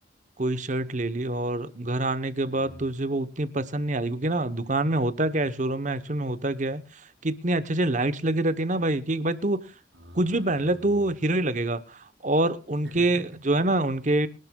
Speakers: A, on the right (about 45°); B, on the right (about 90°).
A: कोई शर्ट ले ली और घर आने के
B: हम्म
A: बाद तुझे वो उतनी पसंद नहीं आई क्योंकि ना दुकान में होता क्या है शोरूम में एक्चुअल में होता क्या है कितनी अच्छे अच्छे लाइट्स लगी रहती है ना भाई कि भाई तू
B: हाँ
A: कुछ भी पहन ले तो हीरो ही लगेगा और उनके
B: <laughs>
A: जो है ना उनके